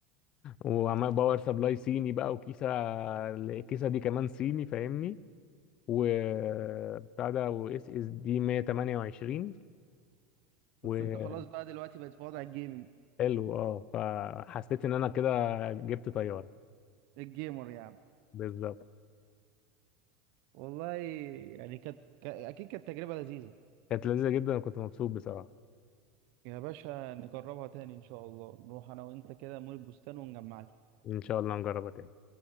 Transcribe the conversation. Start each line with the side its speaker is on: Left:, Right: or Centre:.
Left: وباور سبلاي صيني بقى وكيسة الكيسة دي كمان صيني فاهمني وبتاع ده واس اس دي 128 مم.
Right: بس انت خلاص بقى دلوقتي بقت في وضع الجيمنج
Left: وحلو اه فحسيت ان انا كده جبت طياره
Right: الجيمر يعني
Left: بالظبط
Right: والله يعني كانت ك- اكيد كانت تجربة لذيذة
Left: كانت لذيذه جدا وكنت مبسوط بصراحه
Right: يا باشا نجربها تاني ان شاء الله نروح انا وانت كده مول البستان ونجمعها ان
Left: ان شاء الله نجربها تاني